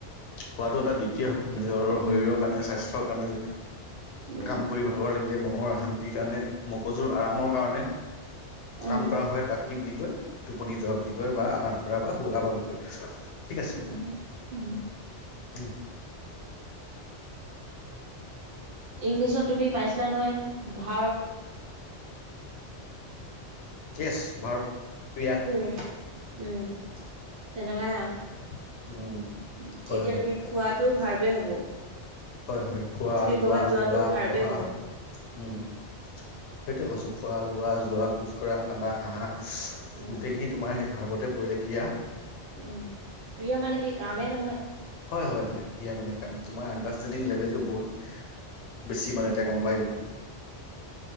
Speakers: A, on the left (about 80°); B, on the right (about 75°).
A: শুৱাটো এটা দিউতিয়ে হয় নিজৰ
B: উম,
A: শৰীৰৰ কাৰণে স্বাস্থ্য কাৰণে
B: উম,
A: কাম কৰি ভাগৰ লাগিলে মনৰ শান্তিৰ কাৰণে মগজুৰ আৰামৰ কাৰণে
B: উম,
A: কাম কৰা হয়, তাক বুলি কয়, টোপনি যোৱা বুলি কয়, বা আৰাম কৰা, বা শুৱো বুলি কয়। ঠিক আছে,
B: উম, উম।
A: উম,
B: ইংলিছত তুমি পাইছিলা নহয় ভাৰ্ব
A: য়েছ ভাৰ প্ৰিয়া
B: উম, উম, তেনেকাই আৰু
A: উম হয়
B: এতিয়া
A: হয়
B: তুমি খোৱাটো ভাৰ্ব এই হব।
A: হয়, হয়, খোৱা,
B: তুমি
A: লোৱা,
B: ক'ৰবাত যোৱাটো
A: যোৱা,
B: ভাৰ্বেই
A: পঢ়া
B: হ'ব।
A: উম, সেইটোয়ে কৈছোঁ খোৱা, লোৱা, যোৱা, খোজকঢ়া, কান্দা, হাঁহা।
B: উম,
A: গোটেইখিনি তোমাৰ সেই ভাৰ্বতে পৰিলে ক্ৰীয়া
B: উম, প্ৰিয় মানে কি কামে নহয়?
A: হয়, হয়, হয়, কিয়া মানে কাম তোমাৰ আ ষ্টেণ্ডিং লেভেলটো বহুত বেছি মানে এতিয়া গম পাই গ'লোঁ।